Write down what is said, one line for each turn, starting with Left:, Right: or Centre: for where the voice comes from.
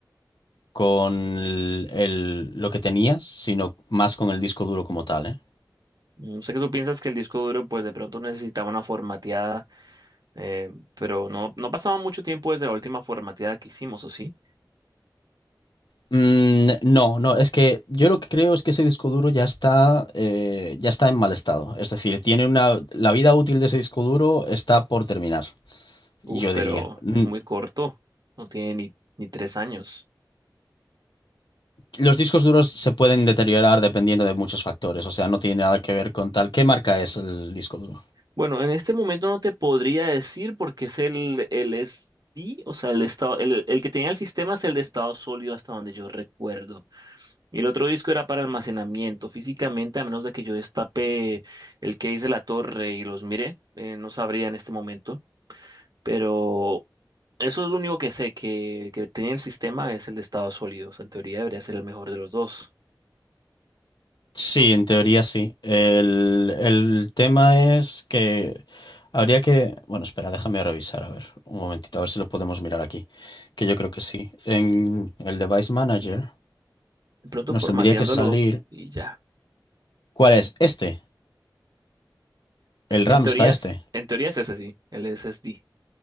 Left: con el, el- lo que tenías, sino más con el disco duro como tal, ¿eh?
Right: No sé que tú piensas que el disco duro, pues de pronto necesitaba una formateada, eh, pero no, no pasaba mucho tiempo desde la última formateada que hicimos, ¿o sí?
Left: Mm, no, no, es que yo lo que creo es que ese disco duro ya está, eh, ya está en mal estado. Es decir, tiene una, la vida útil de ese disco duro está por terminar, yo
Right: Uf, pero
Left: diría. Mm,
Right: es muy corto, no tiene ni, ni tres años.
Left: Los discos duros se pueden deteriorar dependiendo de muchos factores, o sea, no tiene nada que ver con tal. ¿Qué marca es el disco duro?
Right: Bueno, en este momento no te podría decir porque es el, el SD, o sea, el estado, el, el que tenía el sistema es el de estado sólido hasta donde yo recuerdo. Y el otro disco era para almacenamiento. Físicamente, a menos de que yo destape el case de la torre y los mire, eh, no sabría en este momento. Pero eso es lo único que sé, que el que tenía el sistema es el de estado sólido. O sea, en teoría debería ser el mejor de los dos.
Left: Sí, en teoría sí. El, el tema es que habría que... Bueno, espera, déjame revisar, a ver, un momentito, a ver si lo podemos mirar aquí, que yo creo que sí. En el Device Manager
Right: De pronto
Left: nos
Right: formateándolo
Left: tendría que salir...
Right: y ya.
Left: ¿Cuál es? Este, el
Right: En
Left: Ramsta
Right: teoría,
Left: este.
Right: es- en teoría es ese sí, el SSD.